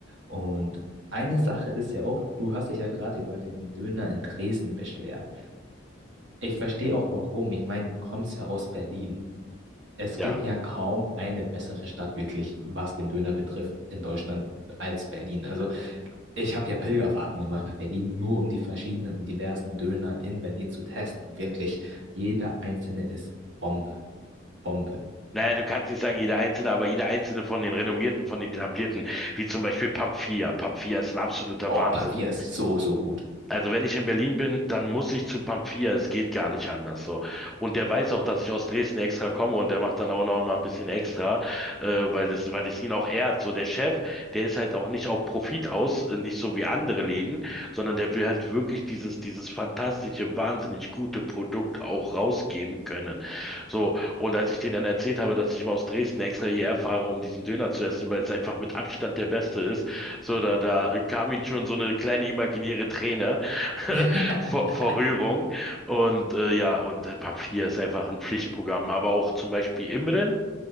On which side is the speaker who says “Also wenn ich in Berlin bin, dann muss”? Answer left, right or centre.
Centre